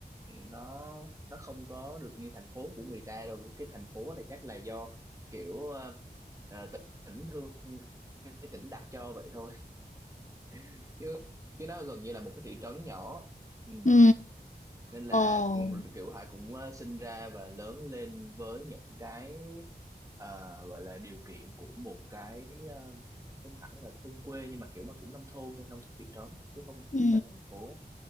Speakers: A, on the right (about 20°); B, on the left (about 45°).
A: ừ, nó nó không có được như thành phố của người ta đâu cái thành phố là chắc là do kiểu ờ, ờ, tỉnh thương cái tỉnh đặt cho vậy thôi <laughs> chứ chứ nó gần như là một cái thị trấn nhỏ ừ.
B: Ừ.
A: nên là
B: Ồ.
A: kiểu Hải cũng ờ, sinh ra và lớn lên với những cái ờ, gọi là điều kiện của một cái ờ, không hẳn là thôn quê nhưng mà kiểu mà cũng nông thôn thôi nông thôn thị trấn chứ không
B: Ừ.
A: không phải là thành phố